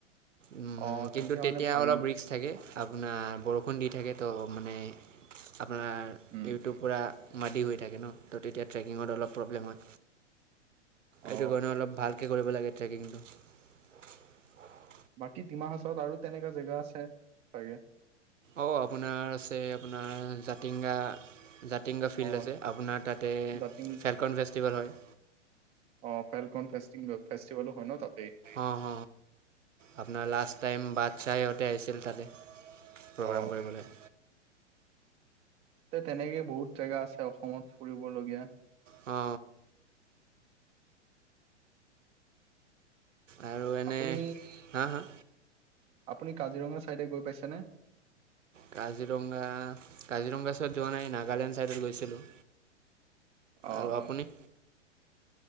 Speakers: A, on the right (about 90°); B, on the right (about 15°).
A: উম
B: অ
A: কিন্তু তেতিয়া
B: মানে ভাল
A: অলপ ৰিস থাকে আপোনাৰ বৰষুণ দি থাকে ত' মানে আপোনাৰ
B: উম
A: ইউটিউব পৰা মাদি হৈ থাকে ন তো তেতিয়া ট্ৰেকিঙত অলপ প্ৰব্লেম হয়
B: অ
A: এইটো কাৰণে অলপ ভাল কৰিব লাগে ট্ৰেকিংটো
B: বাকী ডিমা হাচত আৰু তেনেকুৱা জেগা আছে চাগে।
A: অ' আপোনাৰ আছে আপোনাৰ জাতিংগা টিংগা ফিল্ড
B: অ
A: আছে আপোনাৰ তাতে
B: জাতিং
A: ফেলকন ফেষ্টিভেল হয়।
B: অ ফেলকনে ফেষ্টিভেলো হয় ন তাত।
A: অঁ হ আপোনাৰ লাষ্ট টাইম বাটশাহহঁতে আহিছিল তাতে। প্ৰগ্ৰাম
B: অ
A: কৰিবলৈ।
B: তে তেনেকেই বহুত জেগা আছে অসমত ফুৰিবলগীয়া।
A: অ আৰু এনে
B: আপুনি
A: হা হা
B: আপুনি কাজিৰঙাৰ ছাইডে গৈ পাইছেনে।
A: কাজিৰঙা কাজিৰঙাৰ চাইড যোৱা নাই নাগালেণ্ড ছাইডত গৈছিলোঁ।
B: অ'
A: আৰু আপুনি